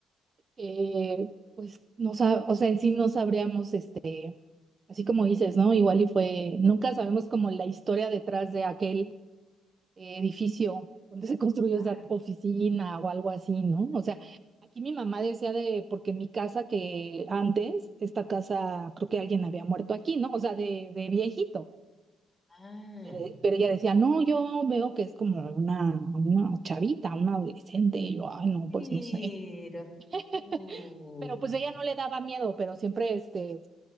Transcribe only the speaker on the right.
eh, pues, no sa- o sea, en sí no sabríamos, este, así como dices, ¿no? Igual y fue, nunca sabemos como la historia detrás de aquel eh, edificio donde se construyó
esa oficina o algo así, ¿no? O sea, aquí mi mamá decía de, porque mi casa que antes, esta casa, creo que alguien había muerto aquí, ¿no? O sea, de, de viejito.
Eh, Pero ella decía, no, yo veo que es como una, una chavita, una adolescente. Y yo, ay, no,
pues no sé. <laughs>
Pero pues ella no le daba miedo, pero siempre este,